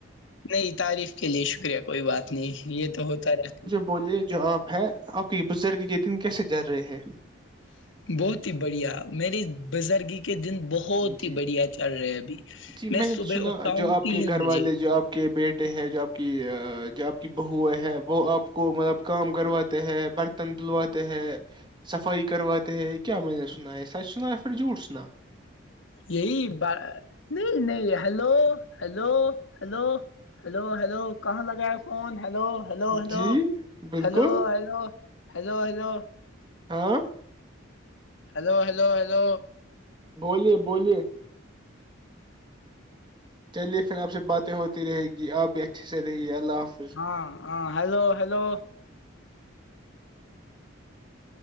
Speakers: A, on the left; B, on the right.
A: نہیں تعریف کے لیے شکریہ کوئی بات نہیں یہ تو ہوتا رہتا
B: بولے جو آپ ہے آپ کے بزرگ یہ دن کیسے جر رہے ہیں
A: بہت ہی بڑھیا میری بزرگی کے دن بہت بہت
B: جی
A: ہی بڑھیا چل رہے ابھی
B: جی
A: میں
B: نے
A: صبح
B: تو سنا
A: اٹھتا
B: جو
A: ہوں
B: آپ
A: تین
B: کے گھر
A: بجے
B: والے جو آپ کے بیٹے ہے جو آپ کی جو آپ کی بہ ہے وہ آپ کو مطلب کام کرواتے ہے بر تن دھلواتے ہیں صفائی کرواتے ہیں کیا میں نے سنا ہے سچ سنا ہے پھر جھوٹ سنا
A: یہی نہیں نہیں hello hello hello hello hello کہاں لگا ہے فون ہلو ہلو ہلو
B: جی بالکل
A: ہلو ہلو ہلو ہلو
B: ہاں
A: ہیلو ہیلو ہیلو
B: بولیے بولیے چلیے پھر آپ سے باتیں ہوتی رہے گی آپ بھی اچھے سے رہیے اللہ حافظ
A: ہاں ہاں ہیلو ہلو